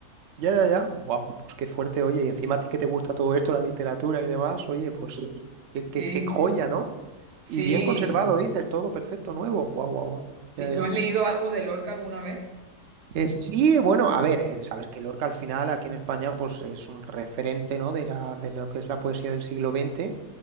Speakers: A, on the right (about 65°); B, on the right (about 80°).
A: Ya, ya, ya. Wow, pues qué fuerte, oye. Y encima a ti que te gusta todo esto, la literatura y demás, oye, pues qué, qué-
B: Sí,
A: qué
B: sí,
A: joya,
B: sí.
A: ¿no?
B: Sí,
A: Y bien conservado, dices, todo perfecto, nuevo. Wow, wow, wow.
B: sí.
A: Ya, ya.
B: ¿Tú has leído algo de Lorca alguna vez?
A: Eh, sí, bueno, a ver, eh, sabes que Lorca al final aquí en España pues es un referente, ¿no? de la, de lo que es la poesía del siglo XX.